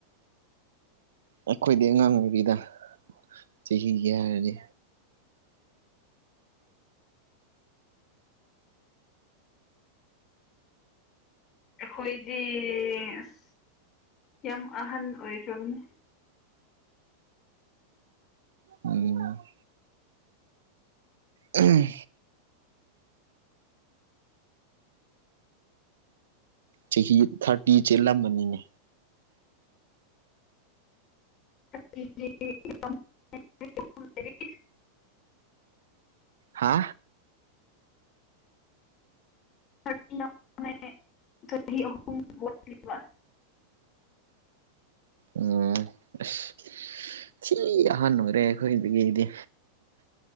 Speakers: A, on the right; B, on the left.
A: <inaudible> ꯑꯈꯣꯏꯗꯤ ꯑꯉꯥꯡ ꯑꯣꯏꯔꯤꯗ ꯆꯥꯍꯤꯒꯤ ꯍꯥꯏꯔꯗꯤ
B: ꯑꯈꯣꯏꯗꯤ ꯂꯤꯔꯦ ꯑꯥꯁ ꯌꯥꯝ ꯑꯍꯟ ꯑꯣꯏꯈ꯭ꯔꯕꯅꯤ
A: ꯑꯝ ꯑꯝ ꯆꯍꯤ ꯊ꯭ꯔꯥꯇꯤ ꯆꯦꯜꯂꯝꯃꯅꯤꯅꯦ
B: <inaudible>
A: ꯍꯥ
B: ꯆꯍꯤ ꯍꯥꯝꯃꯦ ꯊ꯭ꯔꯥꯇꯤ ꯑꯍꯨꯝ ꯑꯣꯈ꯭ꯔꯦꯕ
A: ꯑꯝ ꯑꯥꯁ ꯊꯤꯟ ꯑꯥꯍꯟꯕ ꯑꯣꯏꯔꯦ ꯑꯈꯣꯏꯗꯒꯤꯗꯤ